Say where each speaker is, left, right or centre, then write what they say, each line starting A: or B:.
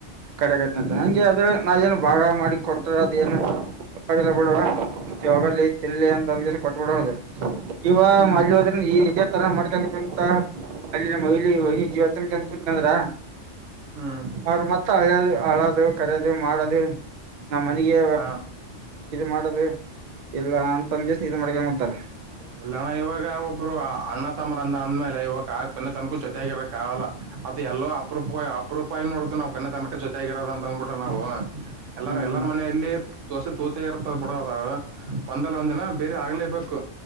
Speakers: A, on the right; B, on the right.
A: ಕಡೆ ಆತ ಅಂತೆ ನಂಗೆ ಆದದ್ರೆ ನಾವೇಏನು ಭಾಗ ಮಾಡಿ ಕೊಟ್ರ ಅದ ಏನು ಒಪ್ಪಾಗಿಲ್ಲ ಬಿಡುವಗ ತಿಲ್ಲಿಲಿ ಅಂತ ಅಂದ ಕೊಟ್ಬಿಡದು ಇವ
B: ಹ್ಮ್ ಹ್ಮ್
A: ಮಲ್ಲಿ ಈ ನಿಜ ತರ ಮಾಡ್ಕಂತ ಅಲ್ಲಿ ಮಹಿಲಿ ವೈಿಜ್ಯ ಕುಂತ ಅಂದ್ರ
B: ಹ್ಮ್
A: ಅವ್ರ ಮ ಅದು ಆಳೋದು ಕರೆಯೋದು ಮಾಡೋದು ನಮ್ಮ್ ಮನೆಗೆ
B: ಹಾ
A: ಇದು ಮಾಡೋದು ಇಲ್ಲ ಅಂತ ಅನ್ಗೆ ಇದ ಮಾಡ್ಕೊಂಡಂಗ ಹದ್ತಾರ
B: ಇಲ್ಲಣ ಇವಾಗ ಒಬ್ರು ಅಣ್ಣ ಂಬ ಅಂದ ಅಂದ್ಮೇಲೆ ಇವಾಗ ಕೊನೆ ತನಕೂ ಜೊತೆ ಆಾಗಿರಕ್ಕಾಗಲ್ಲ ಅದು ಎಲ್ಲೋ ಅಪರೂಪ ಅಪರೂಪ ಉಪಾಯ ನೋಡ್ದದು ನಾವು ಕಣ ತನಕಕ್ಕೆ ಜೊತೆ ಆಾಗಿರೋದ ಅಂತ ಅಂದ್ಬಿಟೆ ನಾವು ಎಲ್ಲಾರ
A: ಹ್ಮ್
B: ಎಲ್ಲರ
A: ಹ್ಮ್
B: ಮನೆಯಲ್ಲಿ ದೋಸೆ ತೂತ ಇರ್ತದ ಬಿಡೋ ಅದ ಒಂದಲ್ಲ ಒಂದ್ ದಿನ ಬೇರೆ ಆಗ್ಲೇಬೇಕು